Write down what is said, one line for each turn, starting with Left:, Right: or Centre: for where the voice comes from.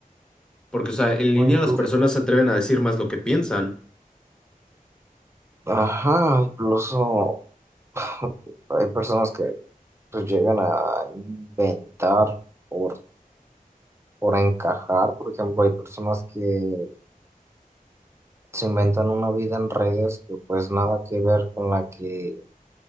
Centre: Porque, o sea, en
Right: O
Centre: línea
Right: inclu-
Centre: las personas se atreven a decir más lo que piensan.
Right: Ajá, incluso <laughs> hay personas que pues llegan a inventar por, por encajar, por ejemplo, hay personas que se inventan una vida en redes que pues nada que ver con la que